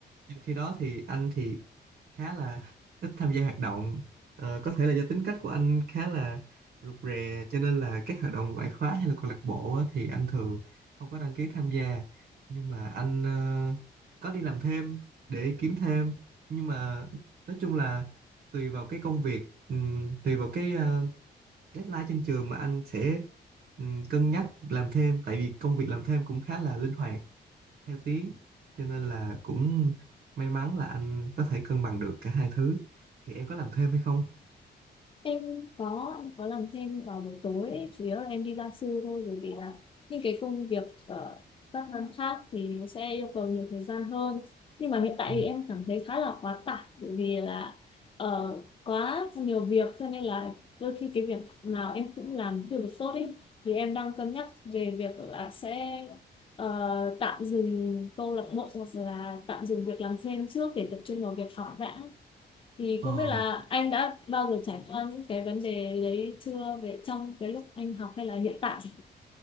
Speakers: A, on the right; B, on the left.
A: trong khi đó thì anh thì khá là ít tham gia hoạt động Ờ, có thể là do tính cách của anh khá là rụt rè cho nên là các hoạt động ngoại khóa hay là câu lạc bộ á, thì anh thường không có đăng ký tham gia nhưng mà anh ờ, có đi làm thêm để kiếm thêm nhưng mà nói chung là tùy vào cái công việc ừm, tùy vào cái ờ, deadline trên trường mà anh sẽ ừm, cân nhắc làm thêm tại vì công việc làm thêm cũng khá là linh hoạt theo tiếng cho nên là cũng may mắn là anh có thể cân bằng được cả hai thứ thì em có làm thêm hay không
B: em có em có làm thêm vào buổi tối ấy. chủ yếu là em đi gia sư thôi bởi vì là những cái công việc ở các năm khác thì nó sẽ yêu cầu nhiều thời gian hơn nhưng mà hiện tại
A: Ừ.
B: thì em cảm thấy khá là quá tải bởi vì là ờ, quá nhiều việc cho nên là đôi khi cái việc nào em cũng làm chưa được tốt ấy thì em đang cân nhắc về việc là sẽ ờ, tạm dừng câu lạc bộ hoặc là tạm dừng việc làm thêm trước để tập trung vào việc học đã thì
A: ờ,
B: không biết là anh đã bao giờ trải qua những cái vấn đề đấy chưa về trong cái lúc anh học hay là hiện tại